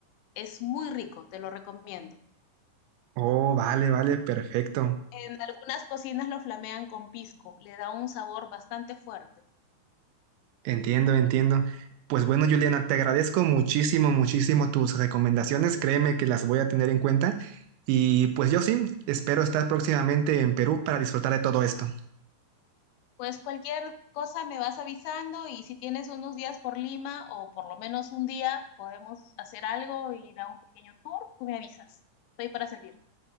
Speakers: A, on the left; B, on the right.
A: Es muy rico, te lo recomiendo.
B: Oh, vale, vale, perfecto.
A: En algunas cocinas lo flamean con pisco, le da un sabor bastante fuerte.
B: Entiendo, entiendo. Pues bueno, Juliana, te agradezco muchísimo, muchísimo tus recomendaciones. Créeme que las voy a tener en cuenta. Y pues yo sí, espero estar próximamente en Perú para disfrutar de todo esto.
A: Pues cualquier cosa me vas avisando y si tienes unos días por Lima o por lo menos un día, podemos hacer algo, ir a un pequeño tour, tú me avisas. Estoy para servir.